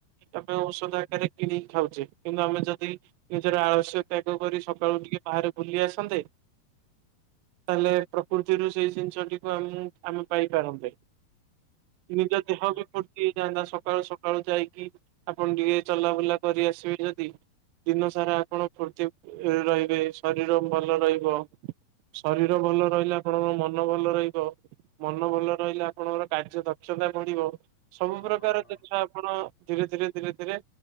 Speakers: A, on the right; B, on the left.
A: ଆମେ ଔଷଧ ଆକାରରେ କିଣିକି ଖାଉଛେ କିନ୍ତୁ ଆମେ ଯଦି ନିଜର ଆଳସ୍ୟ ତ୍ୟାଗ କରି ସକାଳୁ ଟିକେ ବାହାରେ ବୁଲି ଆସନ୍ତେ। ତାହେଲେ ପ୍ରକୃତିରୁ ସେଇ ଜିନିଷଟିକୁ ଆମେ ପାଇପାରନ୍ତେ। ନିଜ ଦେହ
B: ଆମର
A: ଫୁର୍ତ୍ତି ଯଆନ୍ତା ସକାଳୁ ସକାଳୁ ଯାଇକି ଆପଣ ଟିକେ ଚଲାବୁଲା କରି ଆସିବେ ଯଦି ଦିନ ସାରା ଆପଣ ଫୁର୍ତ୍ତି ରହିବେ ଶରୀର ଭଲ ରହିବ। ଶରୀର ଭଲ ରହିଲେ ଆପଣଙ୍କ ମନ ଭଲ ରହିବ। ମନ ଭଲ ରହିଲେ ଆପଣଙ୍କର କାର୍ଯ୍ୟ ଦକ୍ଷତା ବଢିବ ସବୁ
B: ହଁ
A: ପ୍ରକାର
B: ହଁ ହଁ
A: ଜିନିଷ ଆପଣ ଧୀରେ ଧୀରେ ଧୀରେ ଧୀରେ